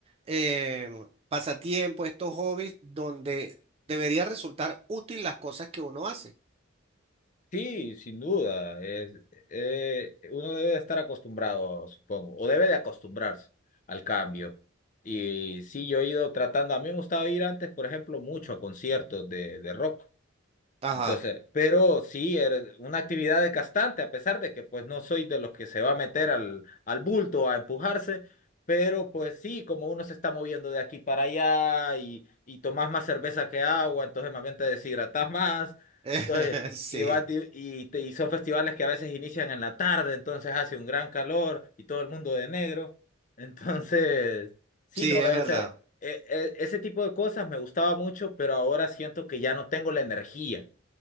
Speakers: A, on the right (about 30°); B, on the left (about 40°).
A: eh, pasatiempos, estos hobbies donde debería resultar útil las cosas que uno hace.
B: Sí, sin duda. Es, eh, uno debe de estar acostumbrado, supongo, o debe de acostumbrarse al cambio. Y sí, yo he ido tratando, a mí me gustaba ir antes, por ejemplo, mucho a conciertos de, de rock.
A: Ajá,
B: Entonces, pero sí, eres una actividad desgastante, a pesar de que pues no soy de los que se va a meter al, al bulto a empujarse, pero pues sí, como uno se está moviendo de aquí para allá y, y tomas más cerveza que agua, entonces más bien te deshidratas más,
A: <laughs>
B: entonces,
A: sí,
B: y, vas di- y, te- y son festivales que a veces inician en la tarde, entonces hace un gran calor y todo el mundo de negro, <laughs> entonces, sí,
A: sí,
B: no,
A: es
B: ese,
A: verdad.
B: e- e- ese tipo de cosas me gustaba mucho, pero ahora siento que ya no tengo la energía